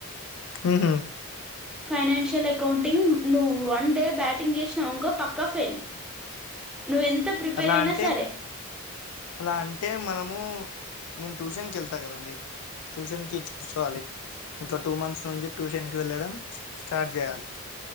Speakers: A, on the left (about 75°); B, in the centre.
A: ఉహు
B: ఫైనాన్షియల్ అకౌంటింగ్ నువ్వు వన్ డే బ్యాటింగ్ చేసినవన్కో పక్కా ఫెయిల్ నువ్వెంత ప్రిపేర్
A: అలా
B: అయినా
A: అంటే
B: సరే
A: అలా అంటే మనము నేను ట్యూషన్ కేళ్త కదండి ట్యూషన్ కి చూసుకోవాలి ఇంక టూ మంత్స్ నుంచి ట్యూషన్ కి వెళ్ళడం స్టార్ట్ జేయాలి